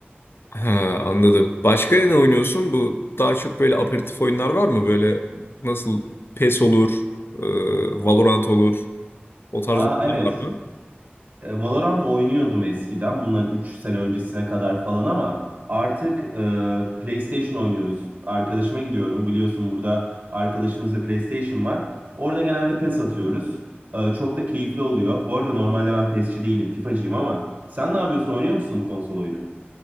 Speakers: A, on the left; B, on the right.
A: He, anladım. Başka ne oynuyorsun? Bu daha çok böyle aperatif oyunlar var mı? Böyle nasıl PES olur, e, Valorant olur. O tarz
B: Aa
A: oyunlar
B: evet.
A: var mı?
B: E, Valorant oynuyordum eskiden. Bundan 3 sene öncesine kadar falan ama artık e, PlayStation oynuyoruz. Arkadaşıma gidiyorum. Biliyorsun burada arkadaşımızda PlayStation var. Orada genelde PES atıyoruz. E, çok da keyifli oluyor. Bu arada normalde ben PES'çi değilim, FIFA'cıyım ama sen ne yapıyorsun? Oynuyor musun konsol oyunu?